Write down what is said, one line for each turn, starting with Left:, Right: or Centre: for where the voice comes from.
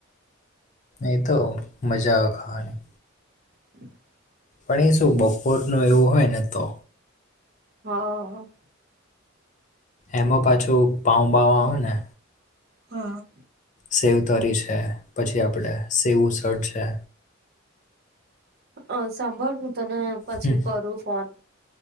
Left: એતો મજા અવે ખાવાની
Right: <inaudible>
Left: પણ એ શું બપોરનું એવું હોય ને તો
Right: હ
Left: એમાં પાછું પાઉબઉ આવે ને
Right: હા
Left: સેવ તરી છે પછી આપડે સેવું સડ છે.
Right: અ સાંભળ હું તને પછી
Left: હમ,
Right: કરું ફોન